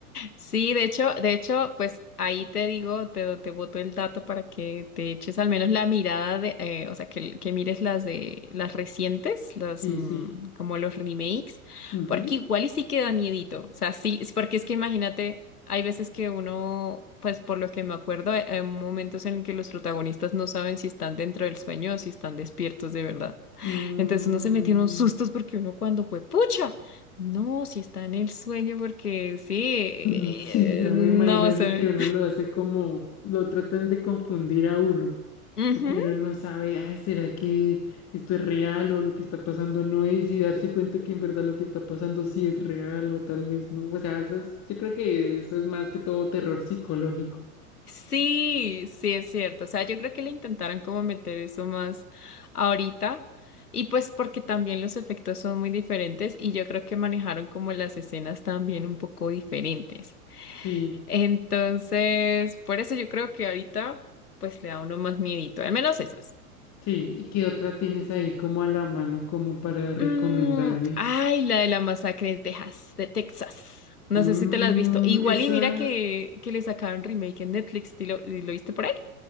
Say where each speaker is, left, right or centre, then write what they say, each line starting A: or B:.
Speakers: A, on the left (about 85°); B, on the left (about 35°).
A: Sí, de hecho, de hecho, pues ahí te digo, te, do- te boto el dato para que te eches al menos la mirada de, eh, o sea, que, que mires las de las recientes, las
B: Sí,
A: mm,
B: sí.
A: como los remakes,
B: Ujú.
A: porque igual y sí queda miedito, o sea, sí, es porque es que imagínate, hay veces que uno, pues por lo que me acuerdo, hay, hay momentos en que los protagonistas no saben si están dentro del sueño o si están despiertos de verdad.
B: Mm,
A: Entonces uno se metió en unos sustos porque uno cuando fue, ¡pucha! No, si está en el sueño, porque sí, eh,
B: <laughs> sí, ya
A: no
B: me imagino eso
A: sé.
B: que uno lo hace como, lo tratan de confundir a uno.
A: Ujú.
B: Porque uno no sabe, ay, ¿será que esto es real o lo que está pasando no es? Y darse cuenta que en verdad lo que está pasando sí es real o tal vez no. O sea, eso es, yo creo que eso es más que todo terror psicológico.
A: Sí, sí es cierto. O sea, yo creo que le intentaron como meter eso más ahorita. Y pues porque también los efectos son muy diferentes y yo creo que manejaron como las escenas también un poco diferentes.
B: Sí,
A: Entonces, por eso yo creo que ahorita pues le da a uno más miedito, al menos esas.
B: sí. ¿Y qué otra tienes ahí como a la mano como para recomendarme?
A: Mm, ay, la de la masacre de Texas, de Texas. No
B: Mm,
A: sé si te la has visto. Igual
B: esa.
A: y mira que, que le sacaron remake en Netflix. ¿Y lo, y lo viste por ahí?